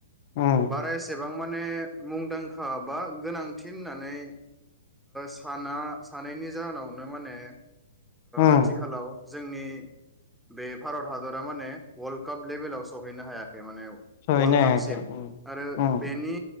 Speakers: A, on the left (about 40°); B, in the centre.
A: उम
B: बारा एसेबां माने मुंदांखा बा गोनांथि होननानै साना सानैनि जाहोनावनो माने
A: उम
B: आथिखालाव जोंनि बे भारत हादरा माने वर्ल्ड काप लेभेलाव सहैनो हायाखै माने
A: सहैनो
B: वल्ड
A: हायाखै
B: कापसिम
A: उम
B: आरो
A: उम
B: बेनि